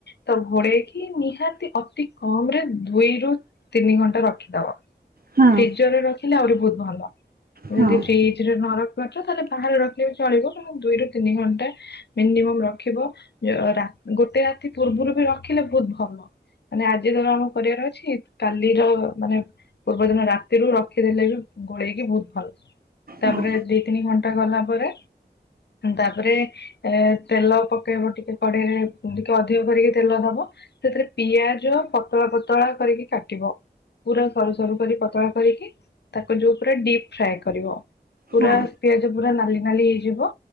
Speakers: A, on the left (about 75°); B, on the right (about 60°).
A: ତ ଘୋଡେଇକି ନିହାତି ଅତି କମ ରେ ଦୁଇରୁୁ ତିନି ଘଣ୍ଟା ରଖିଦବ
B: ହଁ
A: ଫ୍ରିଜରରେ ରଖିଲେ ଆହୁରି ବହୁତ ଭଲ।
B: ହଁ
A: ଯଦି
B: ହଁ ହଁ। ହଁ ହଁ
A: ଫ୍ରିଜ
B: ହଁ
A: ରେ ନ ରଖିପାରୁଛ ତାହେଲେ ବାହାରେ ରଖିଲେ ବି ଚଳିବ ଦୁଇରୁ ତିନି ଘଣ୍ଟା ମିନିମମ ରଖିବ ରା ଗୋଟେ ରାତି ପୂର୍ବରୁ ବି ରଖିଲେ ବହୁତ ଭଲ। ମାନେ ଆଜି ତର ଆମ କରିବାର ଅଛି କାଲିର ମାନେ ପୂର୍ବ ଦିନ ରାତିରୁ ରଖିଦେଲେ ବି ଗୋଳେଇକି ବହୁତ ଭଲ। ତାପରେ
B: ହଁ ହଁ
A: ଦି ତିନି ଘଣ୍ଟା ଗଲା ପରେ ତାପରେ ଏ ତେଲ ପକେଇବ ଟିକେ କଡ଼େଇରେ ଟିକେ ଅଧିକ କରିକି ତେଲ ଦବ ସେଥିରେ ପିଆଜ ପତଳା ପତଳା କରିକି କା ବ ପୁରା ସରୁ ସରୁ କରି ପତଳା କରିକି ତାକୁ ଯୋଉ ପୁରା ଡିପ୍ ଫ୍ରାଏ କରିବ। ପୁରା
B: ହଁ ହଁ ହଁ
A: ପିଆଜ ପୁରା ନାଲି ନାଲି ହେଇଯିବ